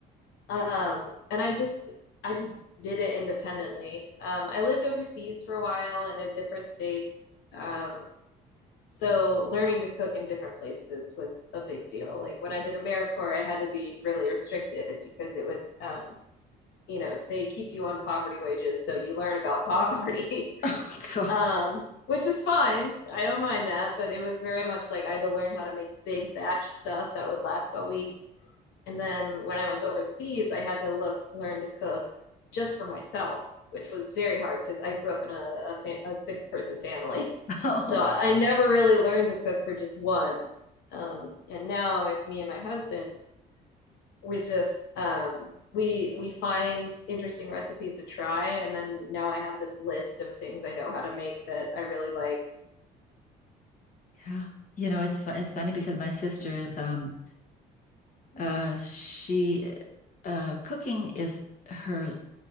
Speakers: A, on the left; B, on the left.
A: um, and I just I just did it independently. Um, I lived overseas for a while and in different states. Um, so learning to cook in different places was a big deal. Like when I did AmeriCorps, I had to be really restricted because it was, um, you know, they keep you on poverty wages. So you learn about <laughs> poverty
B: Oh God.
A: um, which is fine. I don't mind that, but it was very much like I had to learn how to make big batch stuff that would last all week. And then when I was overseas, I had to look learn to cook just for myself, which was very hard because I grew up in a, a, fa- a six person family, <laughs>
B: Oh,
A: so I never really learned to cook for just one. Um, and now with me and my husband, we just um, we we find interesting recipes to try, and then now I have this list of things I know how to make that I really like.
B: yeah. You know, it's fu it's funny because my sister is um uh she uh cooking is her